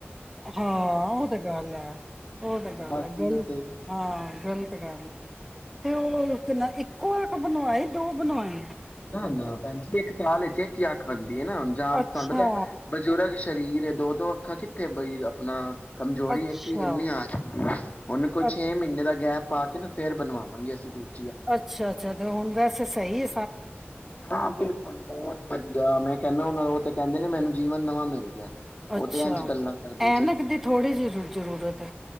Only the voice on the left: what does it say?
ਬਾਕੀ
ਉਤੇ
ਹਾਂਜੀ ਹਾਂ ਭੈਣ ਜੀ ਇੱਕ ਸਾਲ ਵਿੱਚ ਇੱਕ ਹੀ ਆਖ ਬਣਦੀ। ਨਾ ਹੁਣ ਜਾਂ
ਤੁਹਾਨੂੰ ਪਤਾ ਬਜ਼ੁਰਗ ਸਰੀਰ ਦੋ ਦੋ ਅੱਖਾਂ ਕਿੱਥੇ ਬਈ ਆਪਣਾ ਕਮਜ਼ੋਰੀ
ਇੱਕ ਹੀ ਇਨੀ ਆ ਗਈ ਐ ਹੁਣ ਕੋਈ
ਛੇ ਮਹੀਨੇ ਦਾ ਗੈਪ ਪਾ ਕੇ ਨਾ ਫੇਰ ਬਣਵਾਵਾਂਗੇ ਅਸੀਂ ਦੂਜ
ਹਾਂ ਬਿਲਕੁਲ ਬਹੁਤ ਵਧੀਆ ਮੈਂ ਕਹਿੰਦਾ ਉਹਨਾਂ ਉਹ ਤੇ ਕਹਿੰਦੇ ਨੇ ਮੈਨੂੰ ਜੀਵਨ ਨਵਾਂ ਮਿਲ ਗਿਆ। ਉਹ
ਤੇ ਇੰਝ ਗੱਲਾਂ ਕਰਦੇ
ਜੇ